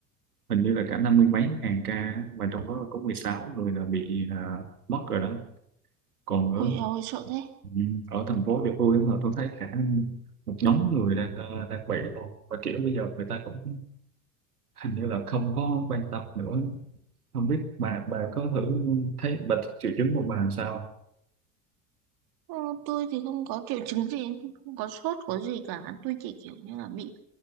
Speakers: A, on the right (about 80°); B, on the right (about 55°).
A: hình như là cả năm mươi mấy ngàn ca á, và trong đó có 16 người là bị à, mất rồi đó. Còn ở
B: ui eo ơi sợ thế
A: ừ, ở thành phố của tôi á, là tôi thấy cả một nhóm người đang ờ, đang bị luôn. Và kiểu bây giờ người ta cũng hình như là không có quan tâm nữa không biết bà bà có thử thấy bà triệu chứng của bà sao à?
B: ừ, tôi thì không có triệu chứng gì tôi không có sốt có gì cả tôi chỉ kiểu như là bị